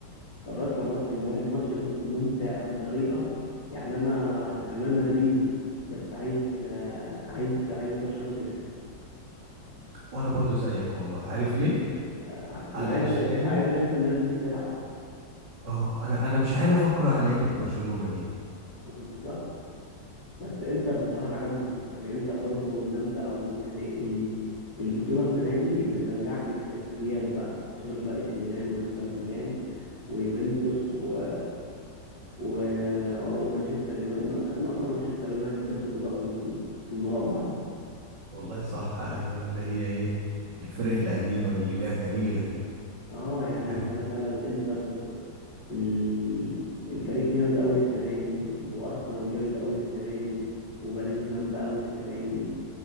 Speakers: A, on the left; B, on the right.
A: اتفرجت على الماتش امبارح الماتش بص ممتع بطريقة يعني انا يعني انا مدريدي بس عايز آه، عايز عايز برشلونة تكسب
B: وانا برضو زيك والله عارف ليه
A: آه، انا
B: علشان
A: عايز عايز اشوف الناس دي بتلعب
B: اه انا انا مش عارف اكره لعيبه برشلونه دي
A: <laughs> بالظبط بس انتر بصراحة جامدة يعني انتر برضو جامدة قوي يعني ال- البطولة السنة دي بترجعك للكلاسيكيات بقى شغل بقى اي سي ميلان وانتر ميلان ويوفنتوس و... و... ومانشستر يونايتد كانت ناقصة مانشستر يونايتد بس تبقى في ال- في المربع ده
B: والله صح ايوه اللي هي ايه الفرق القديمه اللي ليها تاريخ دي
A: اه يعني
B: آه،
A: انت مثلا انتر ال... الفريق جامد قوي السنة دي وارسنال جامد قوي السنة دي وباريس جامدة قوي السنة دي